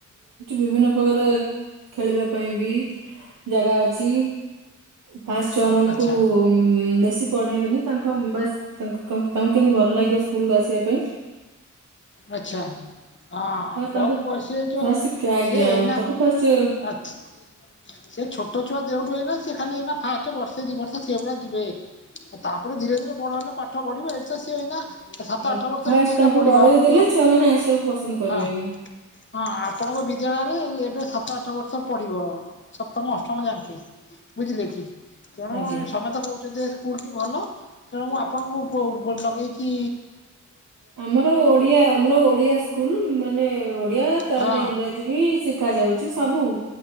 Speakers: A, on the right; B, on the left.
A: ବିଭିନ୍ନ ପ୍ରକାରେ ଖେଳିବା ପାଇଁ ବି ଜାଗା ଅଛି। ବାସ୍ ଛୁଆ ମାନଙ୍କୁ
B: ଆଚ୍ଛା
A: ବେଶୀ ପଢେଇବେନି ତାଙ୍କ ବା ତାଙ୍କୁ କେମତି ଭଲ ଲାଗିବ ସ୍କୁଲୁକୁ ଆସିବା ପାଇଁ।
B: ଆଚଛା ହଁ
A: ଫାଷ୍ଟ
B: ବହୁତ
A: ତାଙ୍କୁ
B: ପସିଯାଇଛ
A: ଫାଷ୍ଟ ଆଜ୍ଞା
B: ସିଏ ଏଇ ନା
A: ତାକୁ ଫାଷ୍ଟ
B: ଆାଛାସିଏ ଛୋଟ ଛୁଆ ଦେଉଠୁଏନା ସିଏ ଖାଲି ନା ଫାଷ୍ଟେ ବର୍ଷେ ଦି ବର୍ଷ ସେ ଭଳିଆ ଯିବେ। ଆଉ ତାପରେ ଧୀରେ ଧୀରେ ବଡ ହେଲେ ପାଠଢିବ ଏଇଠି ତ ସିଏ ହେଇନା। ସାତ
A: ଫାଷ୍ଟ
B: ଆଠ ବର୍ଷ ଏଇଠି ହେନା
A: ତାଙ୍କୁ
B: ପଡିବ
A: ଡରେଇ
B: ଆପଣଙ୍କ
A: ଦେଲେ ଛୁଆମାନେ ଆସିବାକୁ ପସନ୍ଦ କରିବେନି
B: ହଁ। ହଁ ଆପଣଙ୍କ ବିଦ୍ୟାଳୟରେ ଏବେ ସାତ ଆଠ ବର୍ଷ ପଢିବ। ସପ୍ତମ ଅଷ୍ଟମ ଯାଙ୍କେ ବୁଝିଲେ କି? ତେଣୁ
A: ଆଜ୍ଞା।
B: ସମେତେ କହୁଛନ୍ତି ଏ ସ୍କୁଲଟି ଭଲ। ତେଣୁ ମୁଁ ଆପଣଙ୍କୁ ଲଗେଇଚି
A: ଆମର ଓଡିଆ ଆମର ଓଡିଆ ସ୍କୁଲ ମାନେ ଓଡିଆ ତା
B: ହଁ
A: ଦେହରେ ଇଂରାଜୀ ବି ଶିଖା ଯାଉଚି। ସବୁ